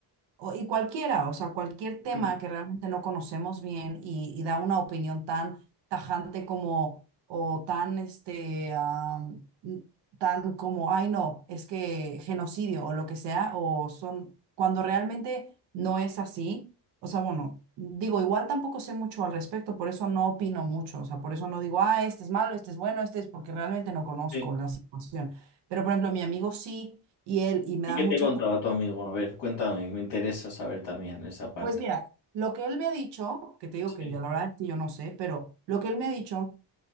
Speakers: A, on the right; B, on the left.
A: o- Y cualquiera, o sea, cualquier tema
B: ujú,
A: que realmente no conocemos bien y, y da una opinión tan tajante como, o tan, este, am, n- tan como, ay, no, es que genocidio o lo que sea, o son, cuando realmente no es así, o sea, bueno, digo, igual tampoco sé mucho al respecto, por eso no opino mucho, o sea, por eso no digo, ah, este es malo, este es bueno, este es porque realmente no conozco
B: sí.
A: la situación. Pero, por ejemplo, mi amigo sí, y él, y me
B: ¿Y
A: da
B: qué
A: mucha...
B: te contaba tu amigo? A ver, cuéntame, me interesa saber también esa parte.
A: Pues mira, lo que él me ha dicho, que te digo
B: Sí,
A: que yo la verdad es que yo no sé, pero lo que él me ha dicho